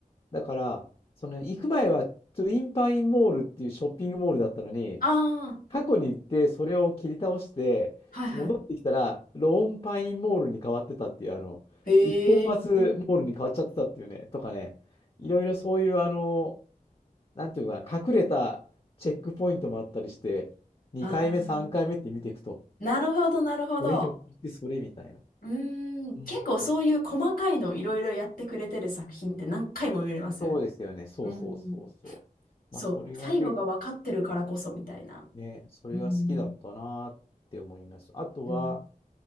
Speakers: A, on the left; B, on the left.
A: だから、その行く前はトゥインパインモールっていうショッピングモールだったのに、
B: ああ、
A: 過去に行ってそれを切り倒して戻ってきたらローンパインモールに変わってたっていうあの一本松モールに変わっちゃってたっていうねとかねいろいろそういうあの
B: はいはい。へえ。
A: なんていうか隠れたチェックポイントもあったりして2回目3回目って見ていくと
B: ああ、なるほど、なるほど。
A: これひょっとしてそれみたいな、
B: うーん、
A: うん
B: 結構そういう細かいのをいろいろやってくれてる作品って何回も見れますよね。
A: そうですよねそうそうそうそうまあそれが結構
B: うん、そう、最後が分かってるからこそみたいな。
A: ねそれが好きだったなって思いますあとは
B: うん、うん、